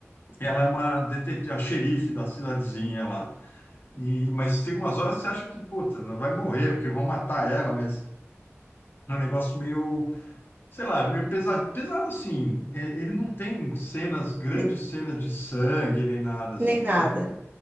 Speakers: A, on the left; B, on the right.
A: Ela é uma detetive, a xerife da cidadezinha lá. E, mas tem umas horas que você acha que, puta, ela vai morrer, porque vão matar ela, mas é um negócio meio. Sei lá, meio pesado. Pesado assim. é, Ele não tem cenas, grandes
B: De-
A: cenas de sangue nem nada assim,
B: Nem nada.
A: sabe?